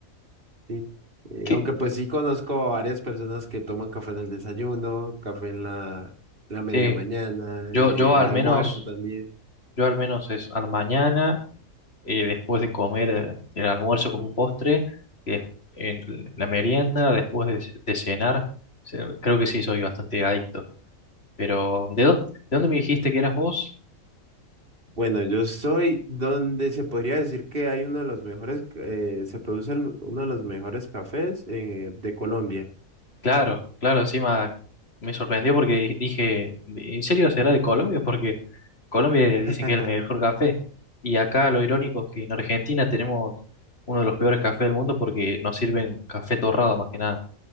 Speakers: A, on the right; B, on the left.
A: ¿sí? Eh,
B: ¿Qué?
A: aunque pues sí conozco varias personas que toman café en el desayuno, café en la, en la media
B: Sí,
A: mañana,
B: yo,
A: en
B: yo
A: el
B: al
A: almuerzo
B: menos,
A: también.
B: yo al menos es a la mañana, eh, después de comer eh, el almuerzo como un postre, y des- en la merienda, después de, ce- de cenar. Se- Creo que sí, soy bastante adicto. Pero, ¿de dó- de dónde me dijiste que eras vos?
A: Bueno, yo soy donde se podría decir que hay uno de los mejores, eh, se produce el- uno de los mejores cafés eh, de Colombia.
B: Claro, claro, encima me sorprendió porque di- dije, ¿en serio será de Colombia? Porque Colombia
A: <laughs>
B: dicen que es el mejor café. Y acá lo irónico es que en Argentina tenemos uno de los peores cafés del mundo porque nos sirven café torrado más que nada.